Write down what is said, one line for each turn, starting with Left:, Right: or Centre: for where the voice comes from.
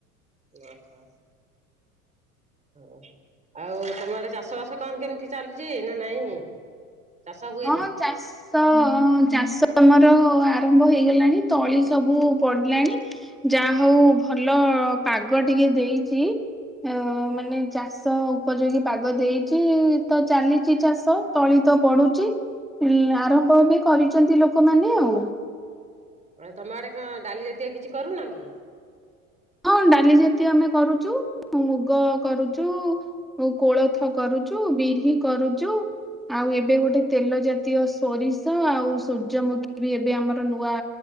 Right: <inaudible> ଓହୋ ଓ ଆଉ ତମ ଆଡେ ଚାଷ ବାସ କଣ କେମିତି ଚାଲୁଛି ନା ନାଇଁ। ଚାଷ ହୁଏନି?
Centre: ହଁ ଚାଷ ତ ଚାଷ ଆମର ଆରମ୍ଭ ହେଇଗଲାଣି ତଳି ସବୁ ପଡିଲାଣି। ଯାହା ହଉ ଭଲ ପାଗ ଟିକେ ଦେଇଚି। ଅ ମାନେ ଚାଷ ଅ ଉପଯୋଗୀ ପାଗ ଦେଇଚି ତ ଚାଲିଚି ଚାଷ ତଳି ତ ପଡୁଚି। ହୁଁ ଆରମ୍ଭ ଏବେ କରିଚନ୍ତି ଲୋକମାନେ ଆଉ
Right: ତମ ଆଡେ କଣ ଡାଲି ଜାତୀୟ କିଛି କରୁନ କି?
Centre: ହଁ ଡାଲି ଜାତୀୟ ଆମେ କରୁଚୁ ମୁଗ କରୁଚୁ। ଋ ଆଉ କୋଳଥ କରୁଚୁ ବିରିହି କରୁଚୁ। ଆଉ ଏବେ ଗୋଟେ ତେଲ ଜାତୀୟ ସୋରିଷ ଆଉ ସୂର୍ଯ୍ୟମୁଖୀ ବି ଏବେ ଆମର ନୂଆ